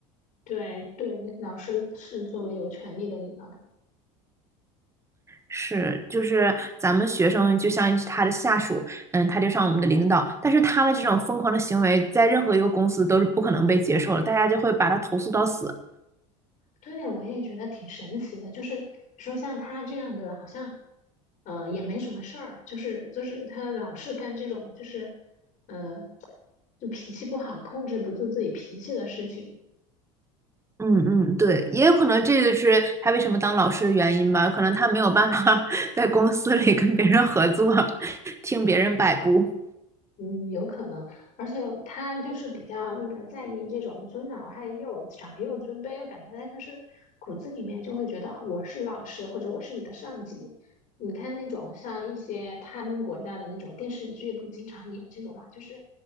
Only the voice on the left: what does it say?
对对，老师是作为有权利的一方，
对，我也觉得挺神奇的。就是说像他这样的，好像呃也没什么事儿，就是就是他老是干这种就是呃就脾气不好、控制不住自己脾气的事情，
嗯，有可能，而且他就是比较那个在意这种尊老爱幼、长幼尊卑，我感觉他就是骨子里面就会觉得啊，我是老师或者我是你的上级。你看那种像一些他们国家的那种电视剧，不经常演这种嘛，就是，